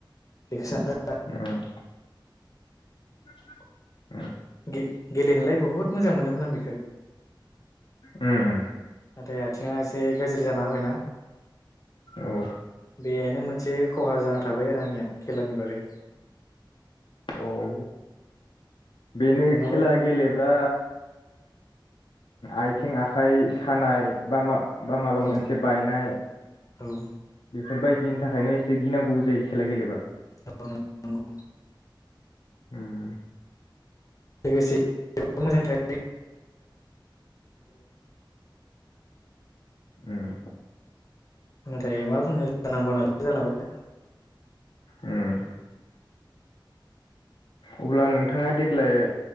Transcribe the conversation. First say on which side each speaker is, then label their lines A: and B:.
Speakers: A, on the left (about 40°); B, on the left (about 75°).
A: बेखौ सानदों
B: उम <inaudible>
A: गे गेलेनोलाय बहुत मोजां मोनोमोन आं बेखौ
B: उम
A: नाथाय आथिङा एसे गाज्रि जाना होबायना
B: औ
A: बेनो मोनसे एसे खहा जाना थाबाय आरो आंनिया खेलानि बागै
B: औ बेनो
A: नङाबा
B: खेला गेलेब्ला आयथिं आखाइ सानाय बा मा बा माबा
A: औ
B: मोनसे बायनाय
A: औ
B: बेफोरबायदिनि थाखायनो एसे गिनांगौबो जायो खेला गेलेबा
A: औ नंगौ नंगौ
B: उम
A: लोगोसे देहायाबो मोजां थायोे
B: उम
A: नाथाय मा बुंनो जानांगौ नालाय जालांबाय
B: उम अब्ला नोंथाङा देग्लाय